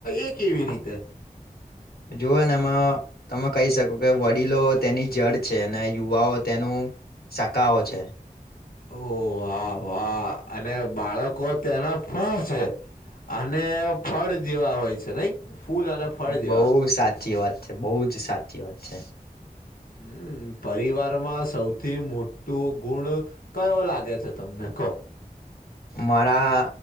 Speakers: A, on the left (about 65°); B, on the left (about 85°).
A: એ કેવી રીતે?
B: જોઓ ને એમાં તમે કહી શકો કે વડીલો તેની જડ છે અને યુવાઓ તેનું શાકાઓ છે.
A: ઓહ વાહ વાહ અને બાળકો તેના ફળ છે. અને ફળ જેવા હોય છે નઈ ફૂલ અને ફળ જેવા.
B: બહુ સાચી વાત છે બહુ જ સાચી વાત છે.
A: હમ્મ. પરિવારમાં સૌથી મોટું ગુણ કયો લાગે છે તમને કો?
B: મારા